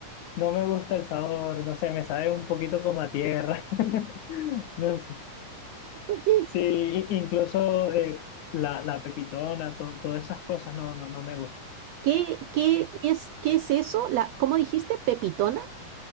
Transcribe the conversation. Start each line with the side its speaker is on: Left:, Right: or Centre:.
Left: no me gusta el sabor. No sé, me sabe un poquito como a tierra. <laughs> No sé.
Right: ok.
Left: Sí, i- incluso eh, la, la pepitona, to- todas esas cosas no, no, no me gustan.
Right: ¿Qué, qué es, qué es eso? La, ¿cómo dijiste? ¿Pepitona?